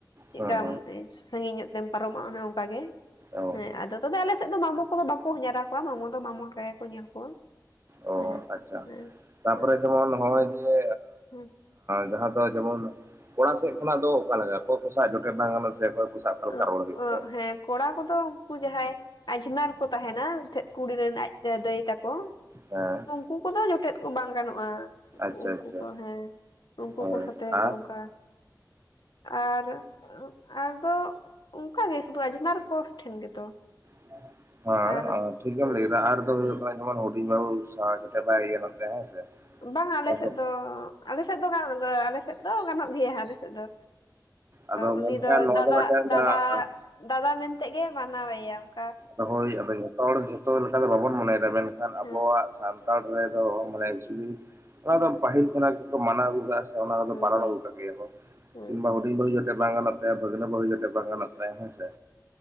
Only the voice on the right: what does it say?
ᱦᱮᱸ ᱦᱮᱸ ᱦᱮᱸ
ᱚ
ᱚ
ᱟᱪᱪᱷᱟ
ᱛᱟᱯᱚᱨᱮ
ᱡᱮᱢᱚᱱ ᱦᱚᱜᱚᱭ ᱡᱮ
ᱡᱟᱦᱟᱸ ᱫᱚ ᱡᱮᱢᱚᱱ ᱠᱚᱲᱟ ᱥᱮᱫ ᱠᱷᱚᱱᱟᱜ ᱫᱚ ᱚᱠᱟ ᱞᱮᱠᱟ ᱚᱠᱚᱭ ᱠᱚᱥᱟᱜ ᱡᱚᱴᱮᱫ ᱵᱟᱝ ᱜᱟᱱᱚᱜ ᱥᱮ, ᱚᱠᱚᱭ ᱠᱚ ᱥᱟᱶ ᱚᱠᱟ
ᱞᱮᱠᱟ ᱨᱚᱲ ᱦᱩᱭᱩᱜ ᱛᱟᱭᱟ
ᱦᱮᱸ
ᱟᱪᱪᱷᱟ
ᱟᱪᱪᱷᱟ
ᱦᱳᱭ
ᱟᱨ
<unintelligible>
ᱴᱷᱤᱠ ᱜᱮᱢ
ᱞᱟᱹᱭ ᱠᱮᱫᱟ ᱟᱨᱫᱚ ᱦᱳᱭᱳᱜ
<unintelligible> ᱦᱩᱰᱤᱧ ᱵᱟᱦᱩ ᱥᱟᱦᱟ ᱠᱟᱛᱮᱫ ᱵᱟᱭ ᱜᱟᱱᱚᱜ ᱛᱟᱭᱟ ᱦᱮᱸ ᱥᱮ᱾
ᱟᱫᱚ
ᱟᱫᱚ
ᱢᱮᱱᱠᱷᱟᱱ
ᱱᱚᱣᱟ
ᱢᱤᱫᱴᱮᱱ
ᱟᱸ
ᱟᱫᱚ ᱦᱳᱭ ᱟᱫᱚ ᱡᱷᱚᱛᱚ ᱦᱚᱲ ᱡᱷᱚᱛᱚ ᱞᱮᱠᱟ ᱫᱚ ᱵᱟᱵᱚᱱ ᱢᱚᱱᱮᱭᱫᱟ ᱢᱮᱱᱠᱷᱟᱱ ᱟᱵᱚᱣᱟᱜ
ᱥᱟᱱᱛᱟᱲ ᱨᱮᱫᱚ ᱢᱟᱱᱮ ᱡᱫᱤ ᱚᱱᱟᱫᱚ ᱯᱟᱹᱦᱤᱞ ᱠᱟᱱᱟᱜ ᱢᱟᱱᱟᱣ ᱟᱜᱩ ᱠᱟᱜᱟ ᱥᱮ ᱚᱱᱟ ᱠᱚᱫᱚ
<unintelligible>
ᱜᱮᱭᱟᱠᱚ,
ᱠᱤᱱᱵᱟ <unintelligible> ᱵᱟᱹᱦᱩ ᱡᱚᱴᱮᱫ ᱵᱟᱝ ᱜᱟᱱᱚᱜ ᱛᱟᱭᱟ, ᱵᱷᱟᱹᱜᱽᱱᱟᱹ ᱵᱟᱹᱦᱩ ᱡᱷᱮᱫ ᱵᱟᱝ ᱜᱟᱱᱚᱜ ᱛᱟᱭᱟ ᱦᱮᱸ ᱥᱮ,